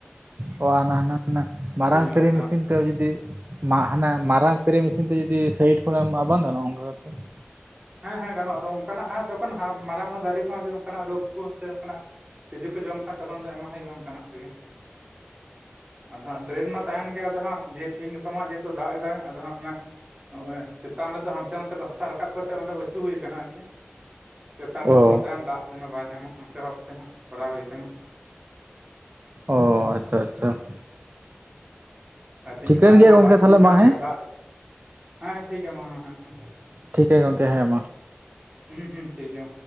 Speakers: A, on the right; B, on the right.
A: ᱚ ᱦᱟᱱᱟ ᱦᱟᱱᱟ ᱢᱟᱨᱟᱝ
B: ᱦᱩᱰᱤᱧ ᱧᱚᱜ
A: ᱯᱮᱨᱮ
B: ᱨᱮᱫᱚ
A: ᱢᱮᱥᱤᱱ
B: ᱱᱷᱟᱸᱜ ᱾,
A: ᱡᱩᱫᱤ ᱦᱟᱱᱟ ᱢᱟᱨᱟᱝ ᱥᱯᱮᱨᱮ ᱢᱮᱥᱤᱱ ᱛᱮ ᱡᱩᱫᱤ ᱥᱟᱭᱤᱰ ᱠᱷᱚᱱᱟᱜ ᱮᱢᱟᱜ-ᱟ ᱾ ᱵᱟᱝ ᱜᱟᱱᱚᱜ-ᱟ? ᱚᱱᱠᱟ ᱠᱟᱛᱮ ᱾
B: ᱦᱮᱸ ᱦᱮᱸ, ᱜᱟᱱᱚᱜ-ᱟ ᱾ ᱟᱫᱚ ᱚᱱᱠᱟᱱᱟᱜ ᱦᱟᱸᱜ ᱡᱚᱠᱷᱚᱱ ᱢᱟᱨᱟᱝᱚᱼᱟ ᱫᱟᱨᱮ ᱠᱚᱦᱚ, ᱸ ᱚᱱᱠᱟᱱᱟᱜ ᱨᱳᱜᱽ ᱠᱚ ᱥᱮ ᱚᱱᱠᱟᱱᱟᱜ, ᱾ ᱛᱤᱡᱩ ᱠᱚ ᱡᱚᱢ ᱠᱷᱟᱱ, ᱛᱚᱠᱷᱚᱱ ᱫᱚ ᱮᱢᱟ ᱦᱟᱜ ᱦᱩᱭᱩᱜ-ᱟ, ᱾ ᱚᱱᱠᱟᱱᱟᱜ ᱛᱮᱜᱮ, ᱟᱫᱚ ᱦᱟᱸᱜ ᱰᱨᱮᱱ ᱢᱟ ᱛᱟᱸᱦᱮᱱ ᱜᱮᱭᱟ, ᱟᱫᱚ ᱦᱟᱸᱜ, ᱛᱤᱦᱤᱧ ᱜᱟᱯᱟ ᱢᱟ ᱡᱮ ᱦᱮᱛᱩ ᱫᱟᱜ ᱮᱫᱟᱭ ᱟᱫᱚ ᱦᱟᱸᱜ, ᱱᱚᱜ-ᱚᱭ ᱪᱮᱛᱟᱱ ᱨᱮᱫᱚ, ᱦᱟᱱᱛᱮ ᱱᱟᱛᱮ ᱠᱷᱚᱱ ᱦᱟᱥᱟ ᱨᱟᱠᱟᱵ ᱠᱟᱛᱮ ᱚᱸᱰᱮ ᱚᱪᱚ ᱦᱩᱭ ᱟᱠᱟᱱ, ᱟᱨᱠᱤ ᱪᱮᱛᱟᱱ ᱧᱚᱜ,
A: ᱚ ᱚ
B: ᱡᱮᱱᱚ ᱛᱟᱸᱦᱮᱱ ᱫᱟᱜ, ᱾ ᱡᱮᱱᱚ ᱵᱟᱭ ᱧᱟᱢᱟ, ᱚᱱᱠᱟ ᱵᱷᱟᱵᱛᱮ ᱦᱟᱸᱜ, ᱠᱚᱨᱟᱣ ᱦᱩᱭ ᱟᱠᱟᱱᱟ᱾ ᱾
A: ᱚᱻ ᱟᱪᱪᱷᱟ, ᱟᱪᱪᱷᱟ ᱾
B: ᱛᱮᱦᱮᱧ
A: ᱴᱷᱤᱠᱟᱹᱱ
B: ᱜᱟᱯᱟ ᱢᱟ
A: ᱜᱮᱭᱟ
B: ᱦᱟᱸᱜ,
A: ᱜᱚᱢᱠᱮ
B: ᱫᱟᱜ
A: ᱛᱟᱦᱚᱞᱮ
B: ᱤᱫᱤᱜ ᱠᱟᱱ
A: ᱢᱟ ᱦᱮᱸ
B: ᱜᱮᱭᱟ ᱫᱟᱜ, ᱦᱮᱸ ᱴᱷᱤᱠ ᱜᱮᱭᱟ ᱢᱟ ᱦᱮᱸ ᱦᱮᱸ ᱦᱮᱸ᱾
A: ᱴᱷᱤᱠ ᱜᱮᱭᱟ ᱜᱚᱝᱠᱮ ᱦᱮᱸ ᱢᱟ,
B: ᱦᱩᱸ ᱦᱩᱸ ᱴᱷᱤᱠ ᱜᱮᱭᱟ,